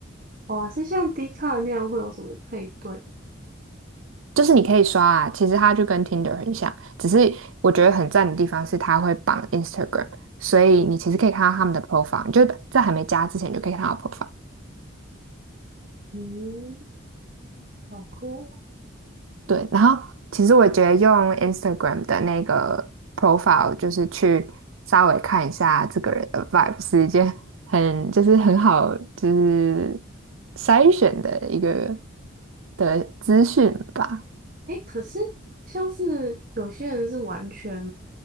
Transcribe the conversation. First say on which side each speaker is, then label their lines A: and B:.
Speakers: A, on the right; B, on the right.
A: 哇，是像迪卡那样会有什么配对吗？
B: 就是你可以刷啊，其实它就跟 Tinder 很像，只是我觉得很赞的地方是它会绑 Instagram，所以你其实可以看到他们的 profile，你就在还没加之前你就可以看到 profile。
A: 嗯，好酷哦。
B: 对，然后其实我觉得用 Instagram 的那个 profile，就是去稍微看一下这个人的 vibe，是一件很就是很好就是筛选的一个的资讯吧。
A: 诶，可是像是有些人是完全